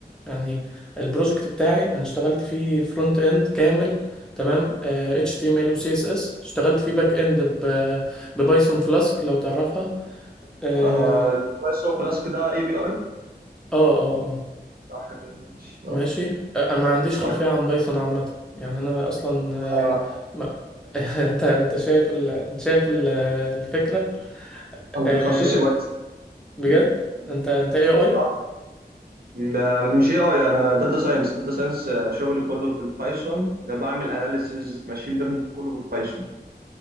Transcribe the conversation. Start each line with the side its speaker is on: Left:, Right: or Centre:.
Centre: يعني البروجكت
Right: تعمل
Centre: بتاعي انا اشتغلت فيه فرونت اند كامل تمام آه، HTML و CSS اشتغلت فيه باك اند ب- ببايثون فلاسك لو تعرفها اه
Right: آه بايثون فلاسك ده اي بي اي
Centre: اه اه آه.
Right: صح كده ماشي
Centre: ماشي
Right: اه
Centre: انا ما عنديش
Right: آه،
Centre: خلفية عن بايثون عامة يعني انا اصلا آه،
Right: آه،
Centre: ما... <laughs> انت انت شايف ال... انت شايف ال... الفكرة
Right: انا
Centre: آه،
Right: تخصصي بايثون
Centre: بجد
Right: <laughs>
Centre: انت انت اي اي
Right: اه م- مش اي اي انا داتا ساينس داتا ساينس شغلي كله بالبايثون ده بعمل اناليسيز ماشين ليرنينج كله بالبايثون